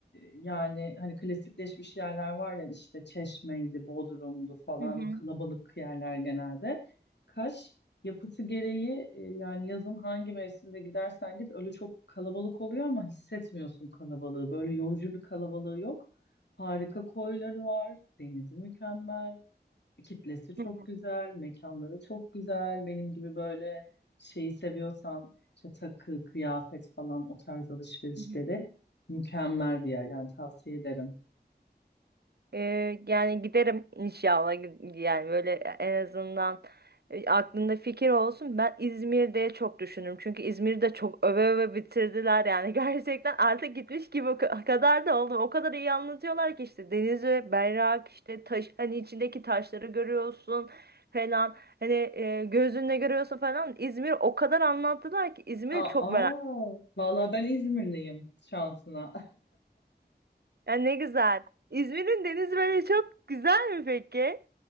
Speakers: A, on the left; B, on the right.
A: yani hani klasikleşmiş yerler var ya işte Çeşme'ydi, Bodrum'du falan
B: Hı hı.
A: kalabalık yerler genelde. Kaş yapısı gereği e, yani yazın hangi mevsimde gidersen git öyle çok kalabalık oluyor ama hissetmiyorsun kalabalığı. Böyle yorucu bir kalabalığı yok. Harika koyları var, denizi mükemmel. Kitlesi çok
B: Hı hı.
A: güzel, mekanları çok güzel. Benim gibi böyle şeyi seviyorsan işte takı, kıyafet falan o tarz alışverişleri
B: Hı
A: mükemmel bir yer yani tavsiye ederim.
B: Ee, yani giderim inşallah yani böyle en azından e, aklında fikir olsun. Ben İzmir'de çok düşünürüm. Çünkü İzmir'de çok öve öve bitirdiler yani <laughs> gerçekten artık gitmiş gibi o ka- kadar da oldu. O kadar iyi anlatıyorlar ki işte denizi, berrak işte taş hani içindeki taşları görüyorsun falan. Hani e, gözünle görüyorsun falan. İzmir o kadar anlattılar ki İzmir'i
A: Aa,
B: çok
A: aa
B: merak.
A: vallahi ben İzmirliyim şansına.
B: Yani ne güzel. İzmir'in denizi böyle çok güzel mi peki?